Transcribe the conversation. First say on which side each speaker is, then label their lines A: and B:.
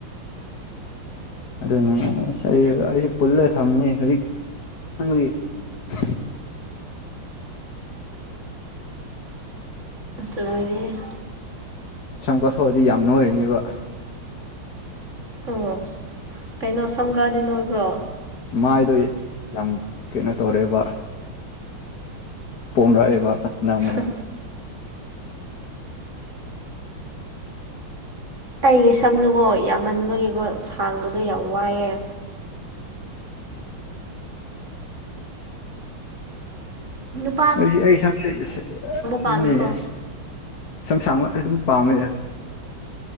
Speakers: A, on the right; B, on the left.
A: <inaudible>
B: ꯑꯗꯨꯅꯦꯁ ꯑꯩꯁꯨ ꯄꯨꯜꯂ ꯊꯝꯃꯤ ꯍꯧꯖꯤꯛꯒꯤ
A: ꯑꯁꯗꯦ
B: ꯁꯝ ꯀꯠꯊꯣꯛꯑꯗꯤ ꯌꯥꯝ ꯅꯣꯏꯔꯅꯦꯕ
A: ꯑꯣ ꯀꯩꯅꯣ ꯁꯝꯀꯗꯤ ꯅ ꯑꯣꯏꯕ꯭ꯔꯣ
B: ꯃꯥꯏꯗꯣ ꯌꯥꯝ ꯀꯩꯅꯣ ꯇꯧꯔꯦꯕ ꯄꯣꯝꯔꯛꯑꯦꯕ ꯍꯟꯗꯛ ꯃꯔꯛ
A: ꯍ ꯑꯩꯒꯤ ꯁꯝꯗꯨꯀꯣ ꯌꯥꯝꯃꯟꯕꯒꯤꯀꯣ ꯁꯥꯡꯕꯗꯣ ꯌꯥꯝ ꯋꯥꯏꯑꯦ ꯎꯝ
B: ꯑꯩ ꯑꯩ ꯏꯁꯇ ꯑꯗꯨꯅꯤꯌꯦ
A: ꯄꯥꯝꯃꯦꯀꯣ
B: ꯁꯝ ꯁꯥꯡꯕ ꯑꯗꯨꯝ ꯄꯥꯝꯃꯦ